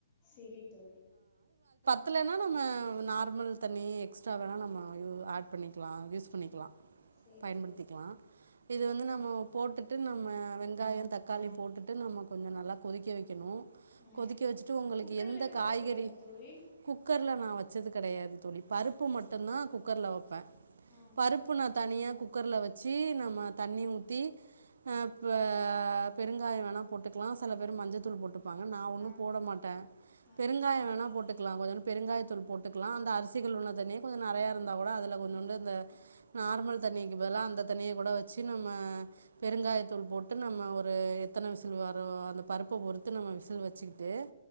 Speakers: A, on the left; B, on the right.
A: செரி தோழி
B: பத்லேன்னா நம்ம நார்மல் தண்ணி எக்ஸ்ட்ரா வேணா நம்ம யு ஆட் பண்ணிக்லா யூஸ் பண்ணிக்லா
A: செரி
B: பயன்படுத்திக்லா
A: தோழி
B: இது வந்து நம்ம போ ட்டு நம்ம வெங்காயம் தக்காளி போட்டுட்டு நம்ம கொஞ்சோ நல்லா கொதிக்க வைக்கணு
A: ஆ
B: கொதிக்க வச்சுட்டு உங்களுக்கு
A: குக்கர்ல
B: எந்த
A: வைக்க
B: காய்கறி
A: கூடாதா தோழி
B: குக்கர்ல நா வச்சது கெடையாது தோழி பருப்பு மட்டும் தா குக்கர்ல்ல வைப்பே
A: ஆ
B: பருப்பு நா தனியா குக்கர்ல வச்சு நம்ம தண்ணி ஊத்தி ஆ ப பெருங்காயம் வேணா போட்டுக்லா செல பேர் மஞ்சத்தூள் போட்டு பாங்க நா ஒன்னு
A: ஆமா
B: போட மாட்டே
A: ஆ
B: பெருங்காயம் வேணா போட்டுக்கலா கொஞ்ச பெருங்காயத்தூள் போட்டுக்கலா அந்த அரிசி கழுவுன தண்ணிய கொஞ்ச நெறையா இருந்தா கூட அதுல கொஞ்சூண்டு இந்த நார்மல் தண்ணிக்கு பதிலா அந்த தண்ணிய கூட வச்சு நம்ம பெருங்காயத்தூள் போட்டு நம்ம ஒரு எத்தன விசில் வரு அந்த பருப்ப பொறுத்து நம்ம விசில் வச்சிட்டு